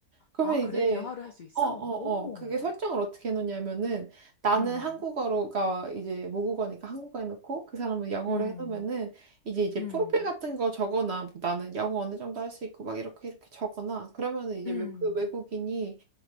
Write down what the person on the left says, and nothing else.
아,
그래? 대화를 할 수 있어?
오,
음,
음,
음,
음,